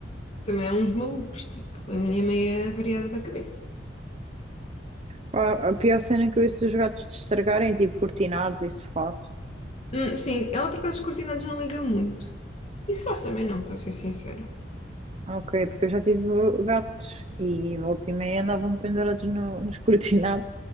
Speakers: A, on the left; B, on the right.
A: também há uns malucos, tipo, a minha é meia variada da cabeça.
B: Pá, A pior cena que eu ouço dos gatos de estragarem é tipo cortinados e sofás.
A: Hum, sim, ela por acaso os cortinados não liga muito. E sós também não, para ser sincera.
B: Ok, porque eu já tive gatos e volta e meia andavam pendurados no- nos <laughs> cortinados,